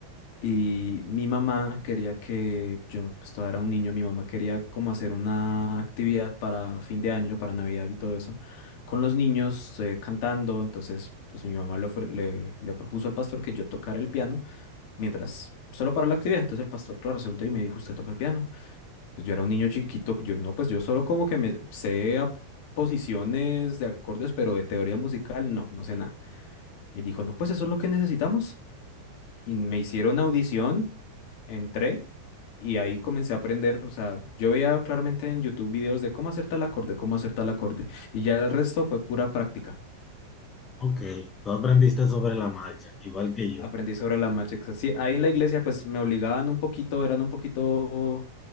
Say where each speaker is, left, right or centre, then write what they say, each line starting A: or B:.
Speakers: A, on the left; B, on the left.
A: y mi mamá quería que, yo pues todavía era un niño, mi mamá quería como hacer una actividad para fin de año, para Navidad y todo eso, con los niños eh, cantando, entonces pues mi mamá le, ofre- le le propuso al pastor que yo tocara el piano mientras, solo para la actividad, entonces el pastor, claro, se volteó y me dijo, ¿usted toca el piano? Pues yo era un niño chiquito, yo no, pues yo solo como que me sé a posiciones de acordes, pero de teoría musical, no, no sé nada. Y él dijo, no, pues eso es lo que necesitamos. Y me hicieron audición, entré y ahí comencé a aprender. O sea, yo veía claramente en YouTube videos de cómo hacer tal acorde, cómo hacer tal acorde. Y ya el resto fue pura práctica.
B: Ok, tú aprendiste sobre la marcha, igual que yo,
A: Aprendí sobre la marcha. exa- Sí, ahí en la iglesia pues me obligaban un poquito, eran un poquito